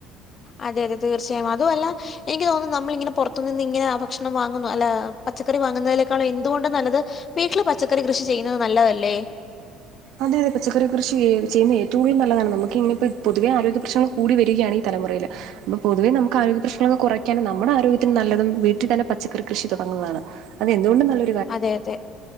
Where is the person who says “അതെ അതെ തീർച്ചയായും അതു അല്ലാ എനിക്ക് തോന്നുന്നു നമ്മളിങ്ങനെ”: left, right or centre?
Left